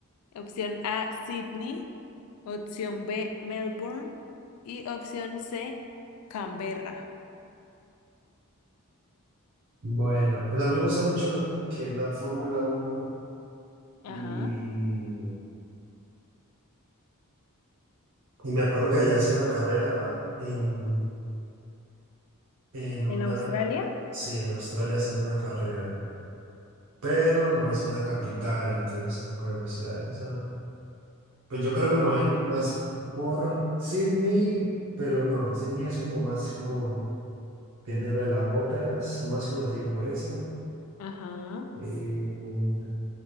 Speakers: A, on the left; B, on the right.
A: Opción A, Sydney. Opción B, Melbourne. Y opción C, Canberra.
B: Bueno, pues a mí me gusta mucho lo que es la Fórmula uno y,
A: Ajá,
B: y me acuerdo que allá hacen la carrera en, en una,
A: ¿En Australia?
B: sí, en Australia hacen una carrera, pero no es en la capital, entonces no creo que sea esa. Pues yo creo que me voy a ir más por Sydney, pero no, Sydney es como más como tiene lo de las óperas, más conocido por esa.
A: ajá.
B: Eh,